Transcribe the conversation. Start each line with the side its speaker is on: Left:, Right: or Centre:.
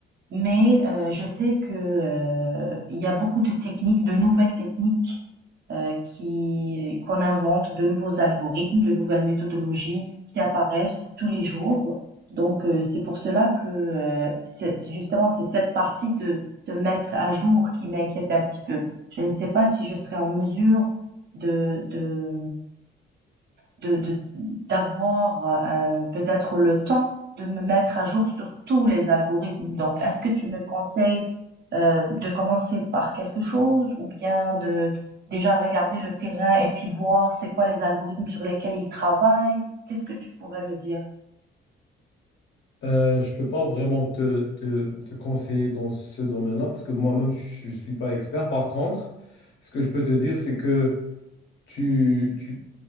Right: mais euh, je sais que, euh, il y a beaucoup de techniques, de nouvelles techniques euh, qui qu'on invente de nouveaux algorithmes, de nouvelles méthodologies qui apparaissent tous les jours. Donc euh, c'est pour cela que euh, c'est justement c'est cette partie de se mettre à jour qui m'inquiète un petit peu. Je ne sais pas si je serai en mesure de de de, de- d'avoir euh, peut-être le temps de me mettre à jour sur tous les algorithmes. Donc, est-ce que tu me conseilles euh, de commencer par quelque chose ou bien de, de déjà regarder le terrain et puis voir c'est quoi les algorithmes sur lesquels ils travaillent? Qu'est-ce que tu pourrais me dire?
Left: Euh, je peux pas vraiment te, te- te conseiller dans ce domaine-là parce que moi-même, je, je suis pas expert. Par contre, ce que je peux te dire, c'est que tu, tu-